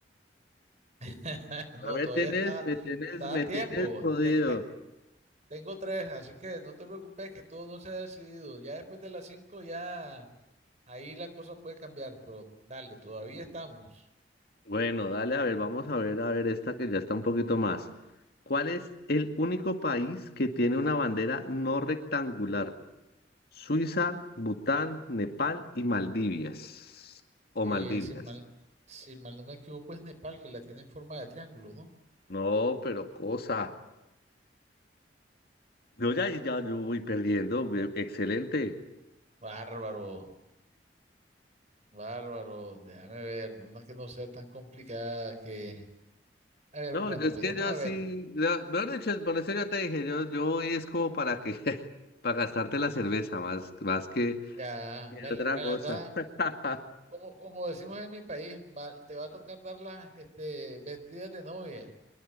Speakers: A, on the right; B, on the left.
A: <laughs> no,
B: ya me
A: todavía
B: tienes,
A: está,
B: me tienes,
A: está
B: me
A: a tiempo.
B: tienes jodido.
A: Te- te- tengo tres, así que no te preocupes que todo no se ha decidido. Ya después de las cinco, ya ahí la cosa puede cambiar, pero dale, todavía estamos.
B: Bueno, dale, a ver, vamos a ver, a ver esta que ya está un poquito más. ¿Cuál es el único país que tiene una bandera no rectangular? Suiza, Bután, Nepal y Maldivias. O
A: Eh,
B: Maldivias.
A: si mal, si mal no me equivoco, es Nepal que la tiene en forma de triángulo, ¿no?
B: No, pero cosa. Yo ya, ya yo voy perdiendo. ve- Excelente.
A: Bárbaro. Bárbaro, déjame ver, una que no sea tan complicada que... A ver,
B: No,
A: bueno,
B: yo es
A: pues
B: que
A: vamos
B: yo
A: a ver.
B: sí, la- mejor dicho, por eso yo te dije, yo, yo voy es como para que, <laughs> para gastarte la cerveza, más, más que,
A: Ya,
B: que
A: me la,
B: otra
A: me
B: cosa.
A: las da,
B: <laughs>
A: como, como decimos en mi país, va- te va a tocar darlas este, vestidas de novia.